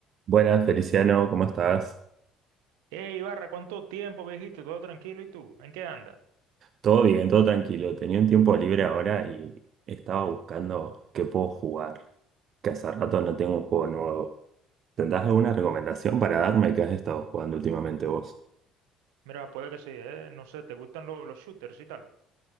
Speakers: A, on the right; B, on the right.
A: Buenas, Feliciano, ¿cómo estás?
B: Hey, Ibarra, ¿cuánto tiempo, viejito? ¿Todo tranquilo? ¿Y tú? ¿En qué andas?
A: Todo bien, todo tranquilo. Tenía un tiempo libre ahora y estaba buscando qué puedo jugar, que hace rato no tengo un juego nuevo. ¿Tendrás alguna recomendación para darme que has estado jugando últimamente vos?
B: Mira, puede que sí, eh, No sé, ¿te gustan lo- los shooters y tal?